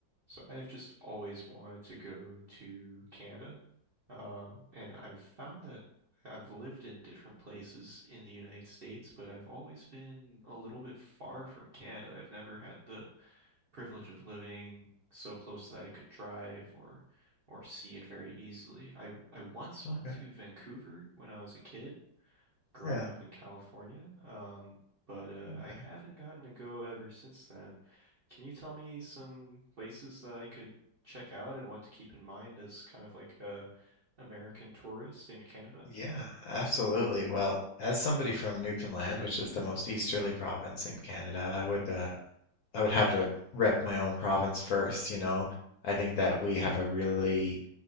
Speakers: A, on the right; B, on the left.
A: So I've just always wanted to go to Canada. Um, and I've found that I've lived in different places in the United States, but I've always been a little bit far from Canada. I've never had the privilege of living so close that I could drive or or see it very easily. I I once
B: Okay.
A: went to Vancouver when I was a kid growing
B: Yeah.
A: up in California. Um, but uh,
B: Okay.
A: I haven't gotten to go ever since then. Can you tell me some places that I could check out and what to keep in mind as kind of like a American tourist in Canada?
B: Yeah, absolutely. Well, as somebody from Newfoundland, which is the most easterly province in Canada, I would uh, I would have to rep my own province first, you know. I think that we have a really